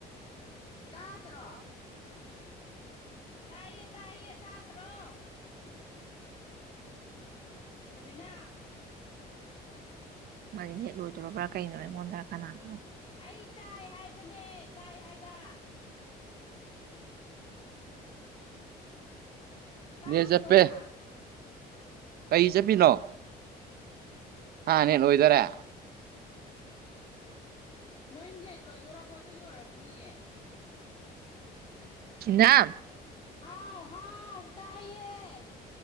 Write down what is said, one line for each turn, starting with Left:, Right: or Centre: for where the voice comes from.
Left: ꯇꯥꯗ꯭ꯔꯣ ꯇꯥꯏꯌꯦ - ꯇꯥꯏꯌꯦ ꯇꯥꯗꯔꯣ ꯁꯕꯤꯅꯥ
Right: ꯃꯥꯗꯤ ꯅꯦꯠ ꯂꯣꯏꯗꯣꯔꯕ꯭ꯔꯥ ꯀꯩꯅꯣ ꯑꯩꯉꯣꯟꯗ ꯀꯅꯥꯅ
Left: ꯑꯩ ꯇꯥꯏ ꯍꯥꯏꯕꯅꯦ ꯇꯥꯏ ꯍꯥꯏꯕ ꯇꯥꯗ꯭ꯔꯣ
Right: ꯅꯦ ꯆꯠꯄꯦ
Left: ꯅꯪ
Right: ꯀꯩ ꯆꯠꯄꯤꯅꯣ ꯍꯥ ꯅꯅꯤꯟ ꯍꯣꯏꯗꯔꯦ
Left: ꯅꯣꯏꯅꯦ ꯂꯣꯏꯗꯣꯔꯔꯕꯣ ꯑꯗꯨꯒꯤ ꯑꯣꯏꯔꯝꯅꯤꯑ
Right: <unintelligible>
Left: ꯍꯥꯎ ꯍꯥꯎ ꯇꯥꯏꯌꯦ